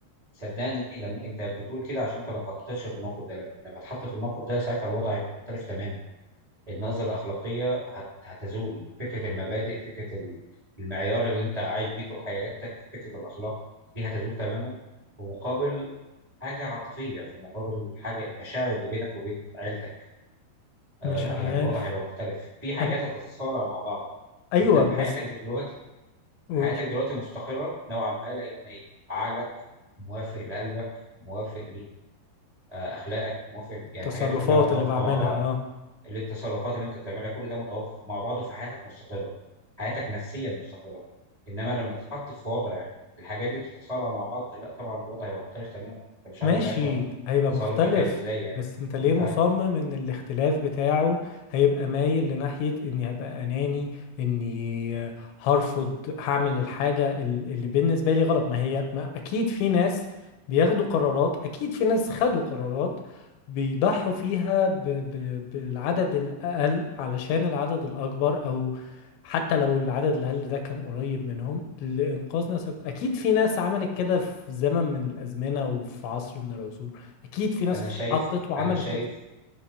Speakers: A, on the right; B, on the left.
A: صدقني لما انت بتقول كده عشان انت ما اتحطيتش في الموقف ده لكن لما اتحط في الموقف ده ساعتها الوضع هيبقى مختلف تماما النظرة الأخلاقية هت- هتزول فكرة المبادئ فكرة ال- المعيار اللي أنت عايش بيه طول حياتك فكرة الأخلاق دي هتزول تماما في مقابل حاجة عاطفية في مقابل حاجة المشاعر اللي بينك وبين عيلتك آه
B: مش
A: لا
B: عارف
A: يعني الوضع هيبقى مختلف في حاجات
B: أنا...
A: هتتصارع مع بعض
B: ايوه
A: أنت في
B: بس
A: حياتك دلوقتي
B: قول
A: حياتك دلوقتي مستقرة نوعا ما لأن عقلك موافق لقلبك موافق لأخلاقك موافق
B: التصرفات
A: يعني الحاجات دي كلها متوافقة
B: اللي بعملها
A: مع بعض
B: آه.
A: اللي التصرفات اللي انت بتعملها كل ده متوافق مع بعضه فحياتك مستقره حياتك نفسيا مستقره انما لما تتحط في وضع الحاجات دي بتتصارع مع بعض لا طبعا الوضع هيبقى مختلف تماما انت مش
B: ماشي
A: عارف ساعتها
B: هيبقى
A: تصرفك
B: مختلف
A: هيبقى ازاي يعني
B: بس انت ليه
A: فاهمك
B: مصمم ان الاختلاف بتاعه هيبقى مايل لناحية اني هبقى اناني اني هرفض هعمل الحاجة ال- اللي بالنسبة لي غلط ما هي ما اكيد في ناس بياخدوا قرارات اكيد في ناس خدوا قرارات بيضحوا فيها ب ب بالعدد الاقل علشان العدد الاكبر او حتى لو العدد الأقل ده كان قريب منهم لإنقاذ ناس أكبر أكيد في ناس عملت كده في زمن من الأزمنة وفي عصر من العصور أكيد في ناس
A: انا شايف
B: اتحطت وعملت
A: انا شايف
B: كده